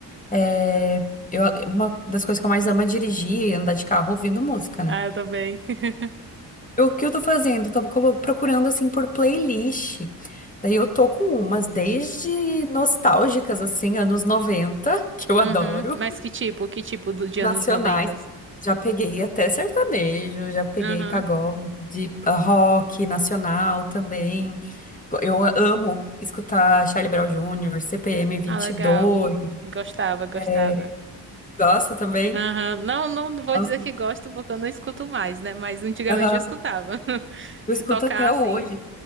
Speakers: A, on the left (about 20°); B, on the right (about 30°).
A: é, eu, uma das coisas que eu mais amo é dirigir e andar de carro ouvindo música,
B: ah,
A: né?
B: eu também. <laughs>
A: O que eu tô fazendo? Tô colo- procurando assim por playlist. Daí eu tô com umas desde nostálgicas, assim, anos 90 <laughs> que eu
B: Uhum.
A: adoro,
B: Mas que tipo? Que tipo do, de
A: nacionais.
B: anos noventa
A: Já peguei até sertanejo, já peguei
B: Aham.
A: pagode, ah, rock nacional também. Eu amo escutar Charlie Brown Jr., CPM 22.
B: Ah, legal. Gostava, gostava.
A: É, gosta também?
B: Aham. Não, não vou
A: Nossa,
B: dizer que gosto porque eu não escuto mais, né? Mas antigamente
A: aham.
B: eu escutava. <laughs>
A: Eu
B: Se
A: escuto
B: tocar
A: até
B: assim,
A: hoje.